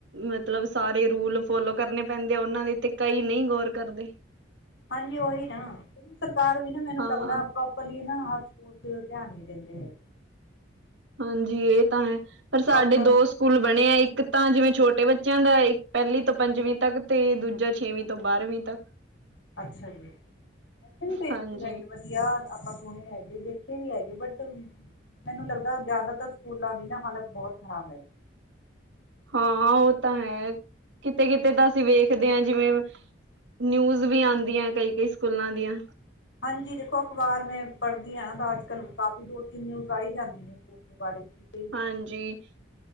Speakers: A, on the right; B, on the left.
A: ਮਤਲਬ ਸਾਰੇ ਰੂਲ ਫੋਲੋ ਕਰਨੇ ਪੈਂਦੇ ਆ ਓਨਾਂ ਦੇ ਤੇ ਕਈ ਨਈ ਗੌਰ ਕਰਦੇ।
B: ਹਾਂਜੀ ਓਈ ਨਾ ਸਰਕਾਰ ਵੀ ਨਾ ਮੈਨੂੰ
A: ਹਾਂ
B: ਲੱਗਦਾ ਪ੍ਰੋਪ ਰਲੀ ਨਾ ਹਰ ਸਕੂਲ 'ਚ ਧਿਆਨ ਨ ਦਿੰਦੇ ਹੈਗੇ।
A: ਹਾਂਜੀ ਏ ਤਾਂ ਹੈ ਪਰ ਸਾਡੇ
B: ਪ੍ਰੋਪਰ
A: ਦੋ ਸ ਕੂਲ ਬਣੇ ਆ। ਇੱਕ ਤਾਂ ਜਿਵੇਂ ਛੋਟੇ ਬੱਚੇਆਂ ਦਾ, ਏੱਕ ਪੈਲੀ ਤੋਂ ਪੰਜਵੀਂ ਤੱਕ ਤੇ ਦੂਜਾ ਛੇਵੀਂ ਤੋਂ ਬਾਰ੍ਹਵੀਂ ਤੱਕ
B: ਅੱਛਾ ਜੀ, ਇੱਥੇ ਵੀ ਕਈ
A: ਹਾਂਜੀ
B: ਸਕੂਲ ਹੈਗੇ ਬਸ ਆ ਆਪਾਂ ਸੁਣੇ ਹੈਗੇ, ਦੇਖੇ ਵੀ ਹੈਗੇ ਬਟ ਮੈਨੂੰ ਲੱਗਦੈ ਜ਼ਿਆਦਾਤਰ ਸਕੂਲਾਂ ਦੀ ਨਾ ਹਾਲਤ ਬਹੋਤ ਖ਼ਰਾਬ ਹੈਗੀ।
A: ਹਾਂ ਓ ਤਾਂ ਹੈ, ਕਿਤੇ-ਕਿਤੇ ਤਾਂ ਅਸੀ ਵੇਖਦੇ ਆਂ ਜਿਵੇਂ ਨਿਊਜ਼ ਵੀ ਆਦੀਐ ਕਈ-ਕਈ ਸਕੂਲਾਂ ਦੀਆਂ
B: ਹਾਂਜੀ ਦੇਖੋ ਅਖ਼ਬਾਰ ਮੈਂ ਪੜ੍ਹਦੀ ਆਂ ਨਾ ਤਾਂ ਅੱਜ ਕਾੱਲ ਕਾਫ਼ੀ ਦੋ ਤਿੰਨ ਨਿਊਜ਼ ਆ ਈ ਜਾਂਦੇ ਨੇ। ਪਿੰਡ ਬਾਰੇ ਕੀ
A: ਹਾਂਜੀ